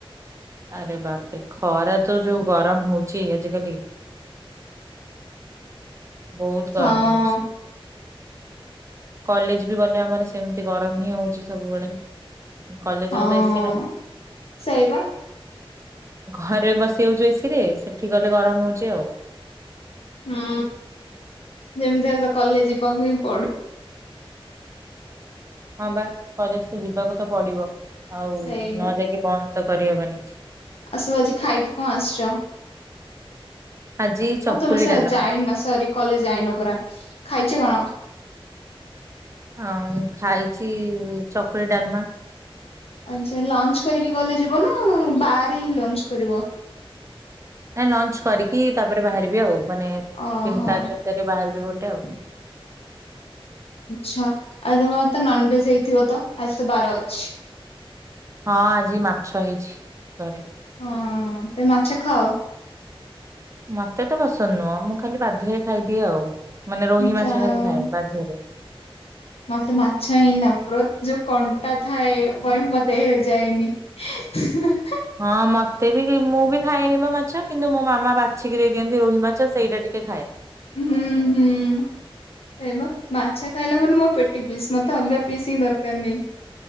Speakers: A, on the right; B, on the left.
A: ଆରେ ବାପରେ ଖରାତ ଯୋଉ ଗରମ ହଉଛି ଆଜିକାଲି ବହୁତ ଗରମ
B: ହଁ
A: ହଉଛି। କଲେଜବି ଗଲେ ଆମର ସେମତି ଗରମ ହିଁ ହଉଛି ସବୁବେଳେ। କଲେଜରେ
B: ହଁ
A: ତ ଏସି ନାହିଁ
B: ସେଇବା।
A: ଘରେ ବସି ହଉଛୁ ଏସିରେ ସେଠି ଗଲେ ଗରମ ହଉଛି ଆଉ।
B: ହୁଁ ଯେମିତି ହେଲେତ କଲେଜ ଯିବାକୁ ହିଁ ପଡ
A: ହଁ ବା କଲେଜତ ଯିବାକୁତ ପଡିବ ଆଉ
B: ସେଇ
A: ନଯାଇକି ବନ୍ଦତ କରିହବନି।
B: ଆଉ ସବୁ ଆଜି ଖାଇକି କଣ ଆସିଛ?
A: ଆଜି ଚକୁଳି
B: ଓ ତମେ ସାର
A: ଡାଲମା।
B: ଯାଇନ ସରି କଲେଜ ଯାଇନ ପରା ଖାଇଛ କଣ?
A: ହଁ ଖାଇଛି ଚକୁଳି ଡାଲମା
B: ଆଛା ଲଞ୍ଚ କରିକି କଲେଜ ଯିବନା ବାହାରେ ହିଁ ଲଞ୍ଚ କରିବ?
A: ନାଇଁ ଲଞ୍ଚ କରିକି ତାପରେ ବାହାରିବି ଆଉ ମାନେ ତିନିଟା
B: ଓହୋ
A: କେତେରେ ବାହାରିବି ଗୋଟେ ଆଉ।
B: ଆଛା ଆଉ ତମରତ ନନଭେଜ ହେଇଥିବତ ଆଜିତ ବାର ଅଛି?
A: ହଁ ଆଜି ମାଛ ହେଇଛି ଘରେ।
B: ହୁଁ ତମେ ମାଛ ଖାଅ?
A: ମତେ ତ ପସନ୍ଦ ନୁହଁ ମୁଁ ଖାଲି ବାଧ୍ୟରେ ଖାଇଦିଏ ଆଉ ମାନେ ରୋହି
B: ଯାହା
A: ମାଛ ଖାଲି
B: ହଉ।
A: ଖାଏ ବାଧ୍ୟରେ।
B: ମତେ ମାଛ ହିଁ ନଫର୍ତ୍ ଯୋଉ କଣ୍ଟା ଥାଏ ଭାଇ ମୋ ଦେହରେଯାଏନି। ହେଁ ହେଁ।
A: ହଁ ମତେବି ମୁଁ ବି ଖାଏନିମ ମାଛ କିନ୍ତୁ ମୋ ମାମା ବାଛ ବାଛିିକି ଦେଇିଅନ୍ତି ରୋହିମାଛ ସେଇଟା ଟିକେ ଖାଏ।
B: ହୁଁ ହୁଁ। ସେଇବା ମାଛ ଖାଇଲେ ମାନେ ମୋ ପେଟି ପିସ୍ ମତେ ଅଲଗା ପିସ୍ ହିଁ ଦରକାର ନାହିଁ।